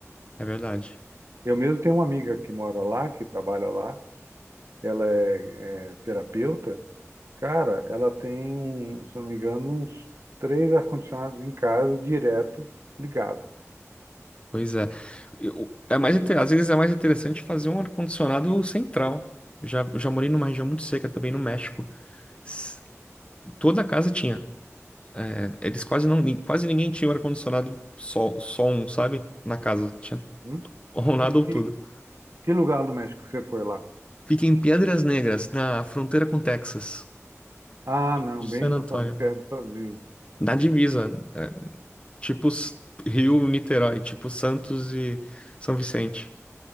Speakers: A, on the left; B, on the right.
A: É verdade.
B: Eu mesmo tenho uma amiga que mora lá, que trabalha lá. ela é, é terapeuta, cara, ela tem um, se não me engano, uns três ar-condicionados em casa, direto, ligado.
A: Pois é. Eu- é mais, inte- às vezes é mais interessante fazer um ar-condicionado central. Eu Já, eu já morei numa região muito seca também no México. S- Toda casa tinha. É, eles quase não, quase ninguém tinha um ar-condicionado só, só um, sabe? Na casa. Tinha
B: Hum?
A: Ou nada
B: Que,
A: ou
B: que,
A: tudo.
B: que lugar do México que você foi lá?
A: Fica em Piedras Negras, na fronteira com Texas,
B: Ah, não,
A: de San
B: bem nos
A: Antonio.
B: Estados Unidos, perto dos Estados Unidos.
A: Na divisa, é, tipo S- Rio, Niterói, tipo Santos e São Vicente.